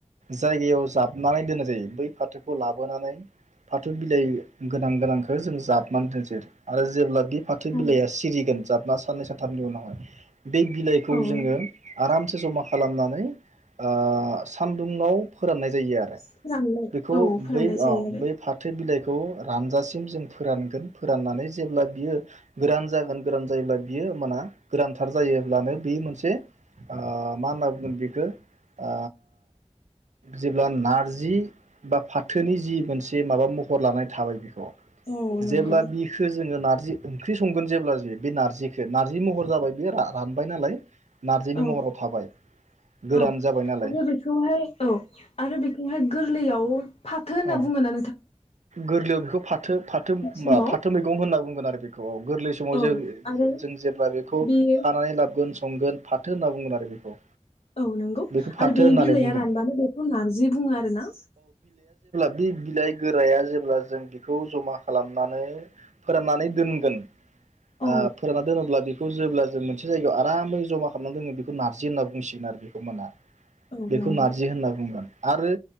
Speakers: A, on the right; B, on the left.
A: जायगायाव जाबनानै दोननाय जायो बै फाथोखौ लाबोनानै फाथो बिलाइ गोनां गोनांखो जों जाबनानै दोनसै आरो जेब्ला बे फाथो
B: औ
A: बिलाइआ सिरिगोन जाबना साननै सनथामनि उनावहाय बे बिलाइखौ
B: औ
A: जोङो
B: नंगौ
A: आराम से जमा खालामनानै ओ सानदुंआव फोरनाय जायो आरो
B: फोराननाय
A: बेखौ
B: औ फोराननाय
A: बै
B: जायो
A: ओ
B: आरो
A: बै फाथो बिलाइ खौ रानजासिम जों फोरानगोन फोराननानै जेब्ला बियो गोरान जागोन गोरान जायोब्ला बियो माना गोरानथार जायोब्लानो बे मोनसे ओ मा ओनना बुंगोन बेखो ओ जेब्ला नारजि बा फाथोनि जि मोन से माबा महर लानाय थाबाय बिखौ
B: औ नंगौ
A: जेब्ला बिखो जोङो नार जि ओंख्रि संगोन जेब्ला जि बे नार्जिखो नारजि महर जाबाय बियो रा-रानबाय नालाय नारजिनि महराव
B: औ
A: थाबाय गोरान
B: औ आरो
A: जाबाय नालाय
B: बेखौहाय औ आरो बेखौहाय गोरलैयाव फाथो होनना
A: औ
B: बुङो ना
A: गोरलैयाव बेखौ फाथो-फाथो ओम्बा
B: समाव
A: फाथो मैगं होनना बुंगोन आरो बे <unintelligible> गोरलै समाव
B: औ
A: जों-जों
B: आरो
A: जेब्ला बेखौ
B: बेयो
A: खानानै लाबगोन संगोन फा थो होनना बुंगोन आरो बेखौ
B: औ नोंगौ
A: बेखौ फाथो
B: आरो बेनि
A: होननानै
B: बिलाइआ
A: बुंगोन
B: रानबानो बेखौ नार्जि बुङो आरो ना
A: बि बिलाइ गोराया जेब्ला जों बिखौ जमा खालामनानै फोराननानै दोनगोन
B: औ
A: आ फोरानना दोनोब्ला बेखौ जेब्ला जों मोनसे जायगायाव आरामै जमा खामनानै दोनोन बेखौ नारजि होनना बुंसिगोन आरो बेखौ ओमाना।
B: औ
A: बेखौ
B: नंगौ
A: नारजि होनना बुंगोन आरो